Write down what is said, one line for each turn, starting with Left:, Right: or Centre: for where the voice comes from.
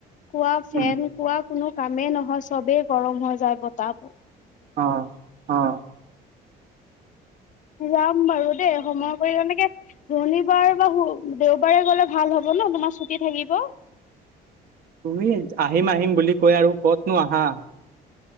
Left: কোৱা ফেন
Right: উম
Left: কোৱা - কোনো কামেই নহয় চবেই গৰম হৈ যায় বতাবোৰ।
Right: অ অ।
Left: যাম বাৰু দেই সময় কৰি এনেকে - শনিবাৰ বা দেওবাৰে গলে ভাল হব ন তোমাৰ ছুটি থাকিব?
Right: তুমি আহিম আহিম বুলি কৈ আৰু কতনো আহা!